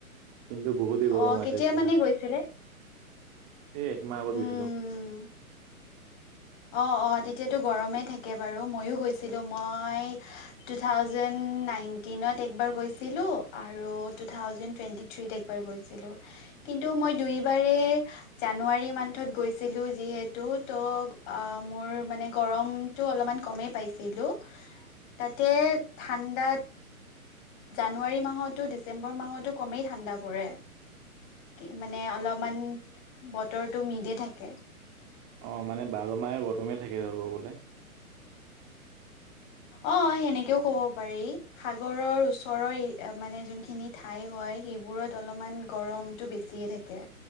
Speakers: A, on the right; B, on the left.
A: কিন্তু বহুতেই গৰম
B: অ
A: আছে
B: কেতিয়া
A: এতিয়া।
B: মানে গৈছিলে
A: এই একমাহ আগত
B: উম
A: গৈছিলোঁ।
B: অ, অ, তেতিয়াতো গৰমেই থাকে। বাৰু ময়ো গৈছিলোঁ মই টু থাউজেণ্ড নাইনটিনত একবাৰ গৈছিলোঁ আৰু টু থাউজেণ্ড টুৱেন্টি থ্ৰিত গৈছিলোঁ কিন্তু মই দুই বাৰে জানুৱাৰী মনথত গৈছিলোঁ যিহেতু ত' আ, মোৰ মানে গৰমটো অলপমান কমেই পাইছিলোঁ তাতে ঠাণ্ডাত জানুৱাৰী মাহতো, ডিচেম্বৰ মাহতো কমেই ঠাণ্ডা পৰে। কি মানে অলপমান বতৰটো মিলে থাকে।
A: অ', মানে বাৰ মাহে গৰমে থাকে <unintelligible> গ'লে। <inaudible>
B: অ', সেনেকেও ক'ব পাৰি সাগৰৰ ওচৰৰ এ মানে যোনখিনি ঠাই হয়। এইবোৰত অলপমান গৰমটো বেছিয়ে থাকে,